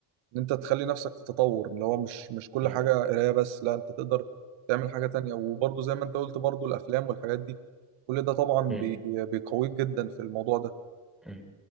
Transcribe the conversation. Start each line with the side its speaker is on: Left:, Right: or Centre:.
Right: ان انت تخلي نفسك في تطور اللي هو مش مش كل
Centre: امم
Right: حاجه قرايه بس لا انت تقدر تعمل حاجه تانية وبرضه زي ما انت قلت برضه الافلام والحاجات دي كل ده طبعا
Centre: امم
Right: بي... بيقويك جدا في الموضوع
Centre: مم.